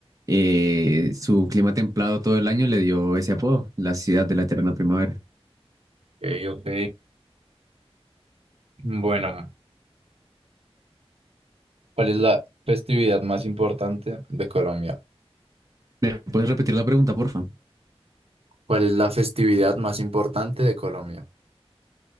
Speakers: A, on the right; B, on the right.
A: Eh, su clima templado todo el año le dio ese apodo, la ciudad de la eterna primavera.
B: Ok, ok. Bueno, ¿cuál es la festividad más importante de Colombia?
A: ¿Me puedes repetir la pregunta, porfa?
B: ¿Cuál es la festividad más importante de Colombia?